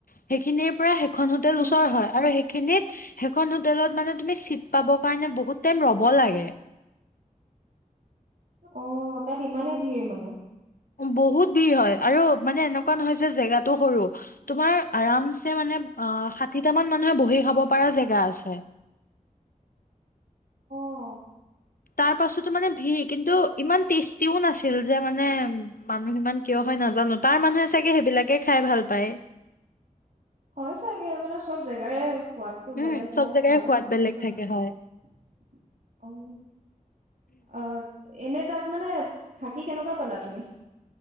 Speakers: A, on the left (about 85°); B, on the right (about 70°).
A: সেইখিনিৰ পৰা সেইখন হোটেল
B: উম
A: ওচৰ হয় আৰু সেইখিনিত সেইখন হোটেলত মানে তুমি চিট পাব কাৰণে বহুত টাইম ৰ'ব লাগে
B: অ তাত ইমানেই ভিৰ মানে
A: বহুত ভিৰ হয় আৰু মানে এনেকোৱা নহয় যে জেগাটো সৰু তোমাৰ আৰামছে মানে ষাঠিটা মান মানুহে বহি খাব পৰা জেগা আছে
B: অহ
A: তাৰ পাছতো মানে ভিৰ কিন্তু ইমান টেষ্টিও নাছিল যে মানে মানুহ ইমান কিয় হয় নাজানো তাৰ মানুহে চাগে সেইবিলাকে খাই ভাল পায়
B: হয় চাগে মানে চব জেগাৰে সোৱাদটো
A: উম
B: বেলেগ
A: চব
B: ন
A: জেগাৰে
B: খোৱাৰ
A: সোৱাদ
B: সেইটো
A: বেলেগ
B: কাৰণে
A: থাকে হয়
B: অ অ এনে তাত মানে থাকি কেনেকোৱা পালা তুমি